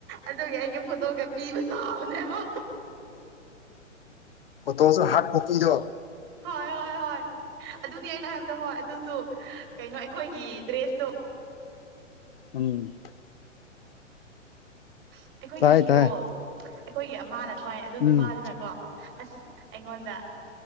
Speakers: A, on the right; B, on the left.
A: ꯑꯗꯨꯒꯤ ꯑꯩꯒꯤ ꯐꯣꯇꯣꯒ ꯄꯤꯕ ꯁꯥꯕꯅꯦꯕ
B: ꯐꯣꯇꯣꯁꯨ ꯍꯥꯔꯗ ꯀꯣꯄꯤꯗꯣ
A: ꯍꯣꯏ ꯍꯣꯏ ꯍꯣꯏ ꯑꯗꯨꯅꯤ ꯑꯩꯅ ꯍꯥꯏꯕꯗꯣ ꯍꯣꯏ ꯑꯗꯨꯁꯨ ꯀꯩꯅꯣ ꯑꯩꯈꯣꯏꯒꯤ ꯗ꯭ꯔꯦꯁꯇꯣ
B: ꯎꯝ
A: ꯑꯩꯈꯣꯏꯒꯤ
B: ꯇꯥꯏ
A: ꯐꯤꯔꯣꯜ
B: ꯇꯥꯏ
A: ꯑꯩꯈꯣꯏꯒꯤ ꯑꯃꯅ ꯑꯗꯨꯃꯥꯏ ꯑꯗꯨ
B: ꯎꯝ
A: ꯅꯨꯄꯥꯗꯨꯅꯀꯣ ꯑꯁ ꯑꯩꯉꯣꯟꯗ